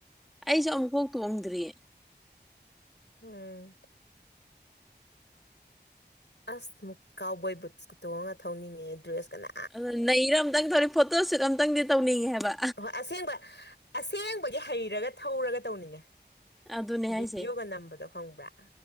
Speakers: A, in the centre; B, on the left.
A: ꯑꯩꯁꯨ ꯑꯃꯨꯛꯀꯥꯎ ꯇꯣꯡꯗ꯭ꯔꯤꯌꯦ꯫
B: ꯎꯝ꯫ ꯑꯁ ꯃꯨꯛ ꯀꯥꯎ ꯕꯣꯏ ꯕꯨꯠꯁꯀꯇꯣꯡꯉꯒ ꯊꯧꯅꯤꯡꯉꯦ ꯗ꯭ꯔꯦꯁꯀꯅ
A: ꯑꯗꯨ ꯅꯩꯔ ꯑꯝꯇꯪ ꯊꯧꯔꯤ ꯐꯣꯇꯣ ꯁꯨꯠ ꯑꯇꯪꯗꯤ ꯇꯧꯅꯤꯡꯉꯦ ꯍꯥꯏꯕ꯫
B: ꯍꯣꯏ ꯑꯁꯦꯡꯕ ꯑꯁꯦꯡꯕꯒꯤ ꯍꯩꯔꯒ ꯊꯧꯔꯒ ꯇꯧꯅꯤꯡꯉꯦ꯫
A: ꯑꯗꯨꯅꯦ
B: ꯚꯤꯗꯤꯑꯣꯒ
A: ꯍꯥꯏꯁꯦ
B: ꯅꯝꯕꯗꯣ ꯈꯪꯕ꯭ꯔꯥ